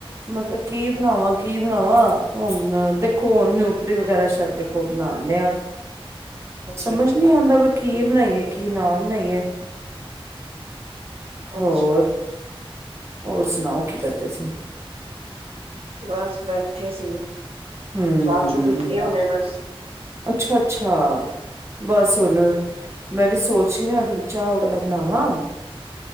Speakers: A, on the right; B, on the right.
A: ਮਲਬ ਕੀ ਬਣਾਵਾਂ ਕੀ ਬਣਾਵਾਂ ਹੁਨ ਦੇਖੋ ਨਿਊਟਰੀ ਵਗੈਰਾ ਛੱਡ ੳਹ ਬਨਾਨੇ ਆ
B: ਅੱਛਾ-ਅੱਛਾ।
A: ਸਮਜ ਨੀ ਆਂਦਾ ਵੀ ਕੀ ਬਣਾਈਏ ਕੀ ਨਾ ਬਣਾਈਏ। ਹੋਰ
B: ਅੱਛਾ, ਅੱਛਾ,
A: ਹੋਰ ਸੁਣਾਓ ਕੀ ਕਰਦੇ ਸੀਂ।
B: ਬਸ ਬੈਠੇ ਸੀ।
A: ਹੁ
B: ਚਾਹ-ਚੂ ਪੀਤੀ ਹੁਣੇ ਬਸ।
A: ਅੱਛਾ ਅੱਛਾ। ਬਸ ਹੁਨ ਮੈਂ ਵੀ ਸੋਚ ਰਹੀ ਆ ਥੋੜੀ ਚਾਹ ਵਗੈਰਾ ਬਨਾਵਾਂ।